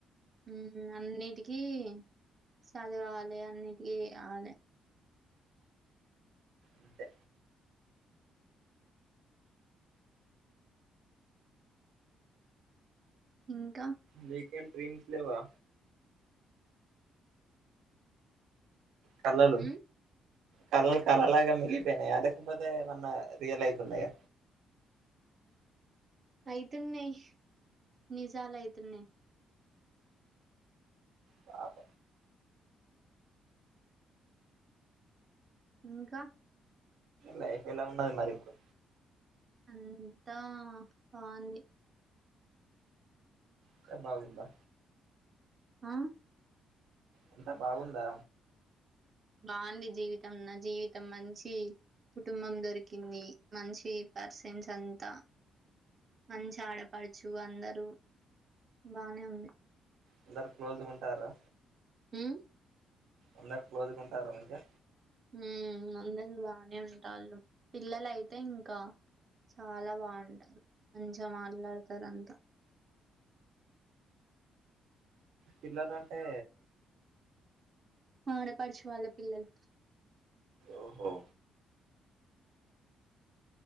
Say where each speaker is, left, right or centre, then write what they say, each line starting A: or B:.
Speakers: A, on the right; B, on the right.
A: ఉ అన్నిటికీ చదువాలె అన్నిటికిీ అవాలి
B: అంతే
A: ఇంక
B: మీకెం డ్రీమ్స్ లేవా తల్లలు
A: హ్మ్.
B: కళలు కరళగా మిగిలిపోయినయ లేకపోతే మన్న రియల్ఐ ఉన్నాయ
A: అయితున్నయి నిజాలు అయితున్నయి
B: బాబ్
A: ఇంక
B: లైఫ్ ఎలా ఉండది మరి ఇప్పుడు
A: అంతా బావుంది
B: అంత బాగుందా
A: అ
B: అంతా బాగుందా
A: బాగుంది జీవితం నా జీవితం మంచి కుటుంబం దొరికింది మంచి పర్సెన్స్ అంతా మన్చాడ పడుచు అందరు డు బానే ఉంది
B: అందరు క్లోజ్ గ ఉంటారు
A: హుమ్
B: అందరు క్లోజ్గ ఉంటారు అండి
A: ఉమ్ అందరు బానే ఉంటాళ్ళు పిల్లలు అయితే ఇంకా చాలా బాగుంటారు మంచిగా మాట్లాడతారు అంతా
B: పిల్లలంటే
A: ఆడపడుచు వాళ్ళ పిల్లలు
B: ఒహో